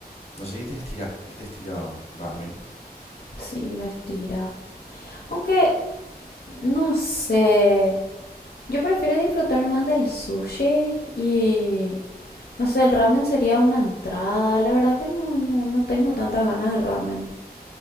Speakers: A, on the left (about 40°); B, on the left (about 65°).
A: No sé si te estira, te estira ramen.
B: Sí, me estira. Aunque, no sé, yo prefiero disfrutar más del sushi y No sé, el ramen sería una entrada. La verdad que no, no, no tengo tantas ganas de ramen.